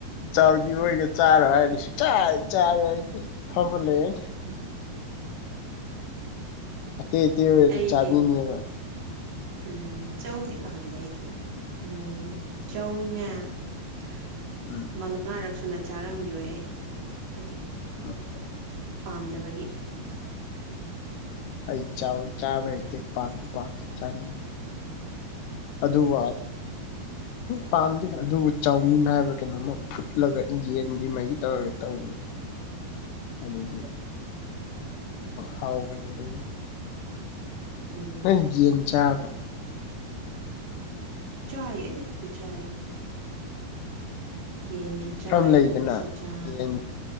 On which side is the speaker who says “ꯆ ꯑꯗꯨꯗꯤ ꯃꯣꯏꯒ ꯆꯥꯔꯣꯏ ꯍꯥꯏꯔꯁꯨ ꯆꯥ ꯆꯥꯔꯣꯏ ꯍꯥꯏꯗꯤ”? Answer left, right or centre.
Left